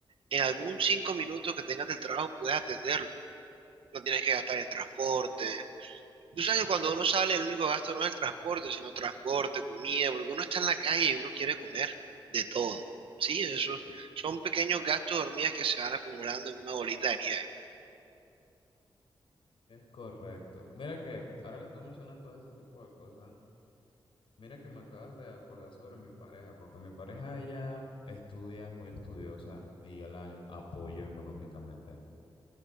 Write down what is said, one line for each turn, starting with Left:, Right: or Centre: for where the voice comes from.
Right: en algún cinco minutos que tengas del trabajo puedes atenderlo, no tienes que gastar en transporte, Tú sabes que cuando uno sale, el único gasto no es el transporte, sino transporte, comida, porque uno está en la calle y uno quiere comer de todo. Sí, esos son pequeños gastos de hormigas que se van acumulando en una bolita de nieve.
Left: Es correcto. Mira que ahora que tú mencionas todo ese tipo de cosas, mira que me acabas de acordar sobre mi pareja, porque mi pareja ella estudia, es muy estudiosa y yo la apoyo económicamente.